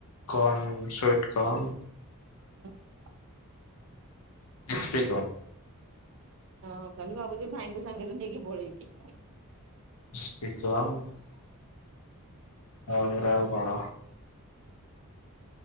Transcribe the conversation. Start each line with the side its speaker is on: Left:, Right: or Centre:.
Left: କର୍ଣ୍ଣ-ସୁଇଟ୍ କନ୍‌।
Right: <inaudible>
Left: ଇସ୍ପେକନ୍
Right: ହଁ କାଲି ଭାବୁଛି ଭାଇଙ୍କୁ ସାଙ୍ଗରେ ନେଇକି ପଳେଇବି।
Left: <unintelligible> ତାପରେ ଆଉ କଣ?